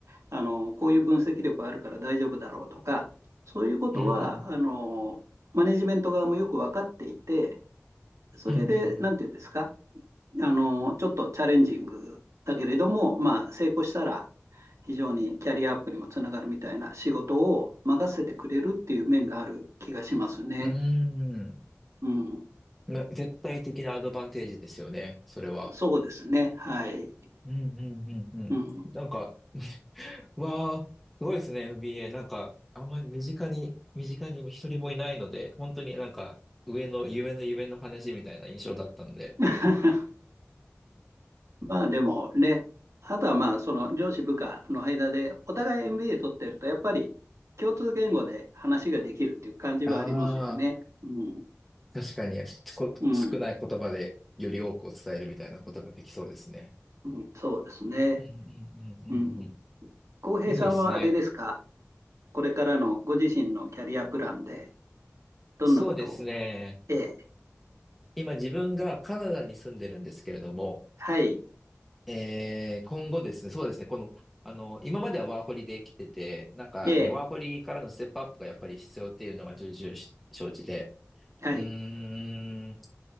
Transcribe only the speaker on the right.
あのこういう分析力あるから大丈夫だろうとかそういうことはあのマネジメント側もよく分かっていて
それで何て言うんですか
あの、ちょっとチャレンジングだけれども、まあ、成功したら、非常にキャリアアップにもつながるみたいな仕事を任せてくれるっていう面がある気がしますね。
うん、
そうですね。はい。
うん、
<laughs> まあでもね、あとはまあその上司部下の間でお互い MBA 取ってるとやっぱり共通言語で話ができるっていう感じはありますよね。
うん、
うん、うんそうですね。
うん、
浩平さんはあれですか
これからのご自身のキャリアプランで、どんなことを、
えー
はい、
え
ーはい、